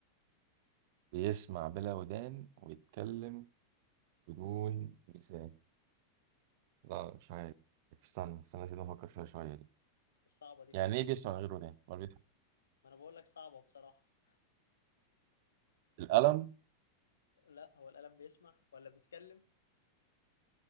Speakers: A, on the right; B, on the left.
A: بيسمع بلا ودان ويتكلم بدون لسان لا مش عارف استنى استنى لازم أفكر فيها شوية دي
B: صعبة دي بصراحة
A: يعني إيه بيسمع من غير ودان؟ ما بي-
B: ما أنا بقول لك صعبة بصراحة
A: القلم
B: لا هو القلم بيسمع ولا بيتكلم